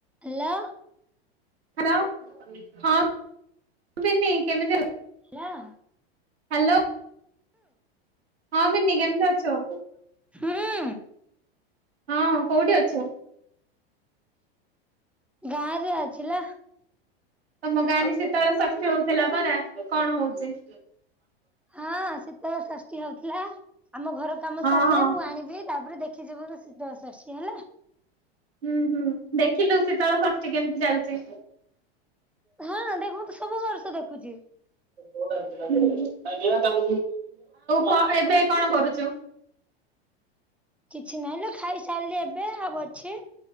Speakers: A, in the centre; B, on the right (about 80°).
A: Hello.
B: Hello ହଁ ବିନି କେମିତି ଅ
A: ହାଲୋ।
B: ହାଲୋ। ହଁ ବିନି କେମିତି ଅଛୁ?
A: ହୁଁ।
B: ହଁ କୋଉଠି ଅଛୁ?
A: ଗାଁରେ ଅଛି ଲୋ।
B: ତମ ଗାଁରେ ଶୀତଳ ଷଷ୍ଠୀ ହୋଉଥିଲା ପରା କଣ ହୋଉଛି?
A: ହଁ ଶୀତଳ ଷଷ୍ଠୀ ହୋଉଥିଲା। ଆମ ଘର କାମ
B: ହଁ
A: ସାରିଲେ
B: ହଁ
A: ମୁଁ ଆଣିବି ତାପରେ ଦେଖିଯିବୁ ଶୀତଳଷଷ୍ଠୀ ହେଲା।
B: ହୁଁ ହୁଁ ଦେଖିଲୁ ଶୀତଳ ଷଷ୍ଠୀ କେମିତି ଚାଲିଛି?
A: ହଁ ଦେଖନ୍ତୁ ସବୁ ବର୍ଷ ଦେଖୁଛି।
B: ହୁଁ ଆଉ କହ ଏବେ କଣ କରୁଛୁ?
A: କିଛି ନାହିଁ ଲୋ ଖାଇସାରିଲି ଏବେ ଆଉ ଅଛି